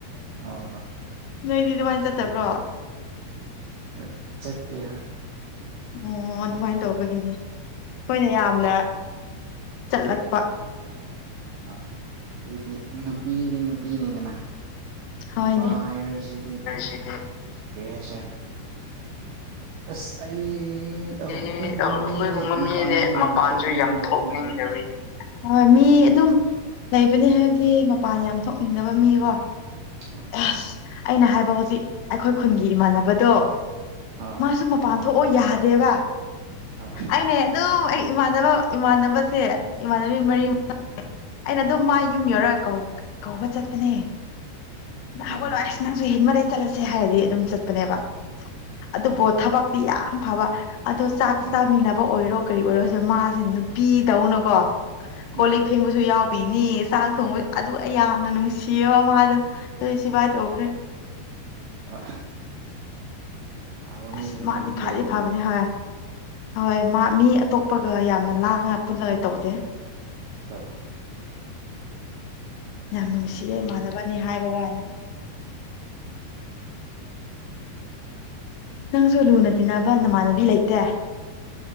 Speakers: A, on the right; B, on the left.
A: ꯑꯣ ꯍꯣꯏ
B: ꯅꯣꯏꯗꯤ ꯑꯗꯨꯃꯥꯏꯅ
A: ꯑꯗꯨꯒꯤꯅꯤ
B: ꯆꯠꯇꯕ꯭ꯔꯣ ꯑꯣ
A: ꯍꯣꯏ ꯆꯠꯇꯦ ꯍꯣꯏ
B: ꯑꯣ ꯑꯗꯨꯃꯥꯏꯅ ꯇꯧꯕꯒꯤꯅꯦ ꯑꯩꯈꯣꯏꯅ ꯌꯥꯝꯅ ꯆꯠꯂꯛꯄ
A: ꯑꯩꯈꯣꯏꯗꯤ ꯅꯨꯄꯤꯗꯤ ꯅꯨꯄꯤꯅꯤꯗꯅ
B: ꯍꯣꯏꯅꯦ
A: ꯅꯨꯄꯥ ꯍꯥꯏ ꯁꯤꯗꯤ
B: ꯑꯗꯨꯁꯤꯗꯤ
A: ꯀꯩꯍꯥꯏꯁꯤꯔ ꯑꯁ ꯑꯩ ꯑꯩꯈꯣꯏꯒꯨꯝꯕ
B: ꯑꯦ ꯑꯩꯈꯣꯏꯒꯨꯝꯕ
A: ꯃꯤꯗꯤ ꯃꯄꯥꯟꯁꯨ
B: ꯃꯤꯗꯤ
A: ꯌꯥꯝ
B: ꯃꯄꯥꯟꯁꯨ
A: ꯊꯣꯛꯅꯤꯡꯗꯕꯔꯤꯅꯤꯗ
B: ꯌꯥꯝ ꯊꯣꯛꯅꯤꯡꯗꯕꯒꯤ ꯍꯣꯏ ꯃꯤ ꯑꯗꯨꯝ ꯂꯩꯕꯅꯤ ꯍꯥꯏꯕꯗꯤ ꯃꯄꯥꯟ ꯌꯥꯝ ꯊꯣꯛꯅꯤꯡꯗꯕ ꯃꯤꯀꯣ
A: ꯍꯣꯏ
B: ꯑꯦꯁ ꯑꯩꯅ ꯍꯥꯏꯕ ꯍꯧꯖꯤꯛ ꯑꯩꯈꯣꯏ ꯈꯨꯟꯒꯤ ꯏꯃꯥꯟꯅꯕꯗꯣ
A: ꯍꯣꯏ
B: ꯃꯥꯁꯨ ꯄꯥꯟꯊꯣꯛꯑꯣ ꯌꯥꯗꯦꯕ
A: ꯍꯣꯏ
B: ꯑꯩꯅꯦ ꯑꯗꯨꯝ ꯑꯩ ꯏꯃꯥꯟꯅꯕ ꯏꯃꯥꯟꯅꯕꯁꯦ ꯏꯃꯥꯟꯅꯕꯤ ꯃꯔꯤ
A: ꯎꯝ
B: ꯃꯉꯥ ꯑꯩꯅ ꯑꯗꯨꯝ ꯃꯥꯏ ꯌꯨꯝ ꯌꯧꯔꯒ ꯀꯧ ꯀꯧꯕ ꯆꯠꯄꯅꯦ
A: ꯎꯝ
B: ꯍꯧꯒꯠꯂꯣ ꯑꯁ ꯅꯥꯡꯁꯨ ꯍꯦꯟ ꯃꯂꯦ ꯆꯠꯂꯁꯦ ꯍꯥꯏꯔꯗꯤ ꯑꯗꯨꯝ ꯆꯠꯄꯅꯦꯕ ꯑꯗꯨꯕꯨ
A: ꯍꯣꯏ
B: ꯊꯕꯛ ꯇꯤ ꯌꯥꯝ ꯐꯕ ꯑꯗꯣ ꯆꯥꯛ
A: ꯎꯝ
B: ꯆꯥꯃꯤꯟꯅꯕ ꯑꯣꯏꯔꯣ ꯀꯔꯤ ꯑꯣꯏꯔꯣꯁꯤꯗ ꯃꯥꯁꯦ ꯅꯨꯄꯤꯗꯧꯅꯀꯣ ꯀꯣꯜ
A: ꯎꯝ
B: ꯂꯤꯛ ꯐꯦꯡꯕ ꯑꯗꯨ ꯌꯥꯎꯕꯤꯅꯤ ꯆꯥꯛ ꯊꯣꯡꯕ ꯑꯗꯨ ꯑꯩ ꯌꯥꯝꯅ ꯅꯨꯡꯁꯤꯌꯦꯕ ꯃꯥꯗ ꯑꯗꯨ ꯁꯤꯚꯥꯏ ꯇꯧꯈ꯭ꯔꯦ
A: ꯍ ꯐꯥꯕ
B: ꯑꯁ
A: ꯃꯤꯁꯨ ꯑꯗꯨꯝ
B: ꯃꯥꯗꯤ ꯐꯗꯤ
A: ꯂꯩꯕꯅꯦ
B: ꯐꯕꯅꯦ ꯍꯣꯏ ꯍꯣꯏ ꯃꯥ ꯃꯤ ꯑꯇꯣꯞꯄꯒ ꯌꯥꯝꯅ ꯂꯥꯡꯉ ꯄꯨꯜꯂꯒ ꯇꯧꯗꯦ
A: ꯍ ꯍ
B: ꯌꯥꯝ ꯅꯨꯡꯁꯤꯌꯦ ꯏꯃꯥꯟꯅꯕꯅꯤ ꯍꯥꯏꯕ ꯋꯥꯅꯦ ꯅꯪꯁꯨ ꯂꯨꯅ ꯇꯤꯟꯅꯕ ꯅꯃꯥꯟꯅꯕꯤ ꯂꯩꯇꯦ